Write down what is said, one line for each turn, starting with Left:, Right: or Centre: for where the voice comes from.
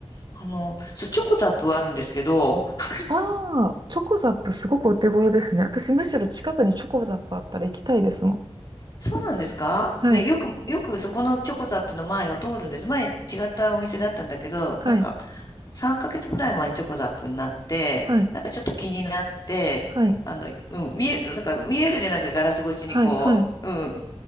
Left: あの、そう、チョコザップはあるんですけど、<laughs>
Right: ああ、チョコザップすごくお手頃ですね。私むしろ近くにチョコザップあったら行きたいですもん。
Left: そうなんですかで、
Right: はい。
Left: よく、よくそこのチョコザップの前を通るんです。前違ったお店だったんだけど、
Right: はい。
Left: なんか3ヶ月ぐらい前にチョコザップになって、
Right: はい。
Left: なんかちょっと気になって、
Right: はい。
Left: あの、うん、見える、なんか見えるじゃないですか、ガラス越しにこう。
Right: はい。はい。
Left: うん。